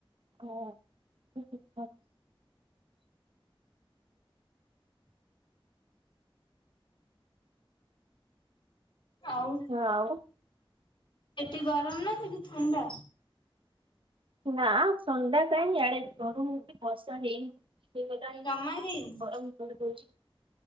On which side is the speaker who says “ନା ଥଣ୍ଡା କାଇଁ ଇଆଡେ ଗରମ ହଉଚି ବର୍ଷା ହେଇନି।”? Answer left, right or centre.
Right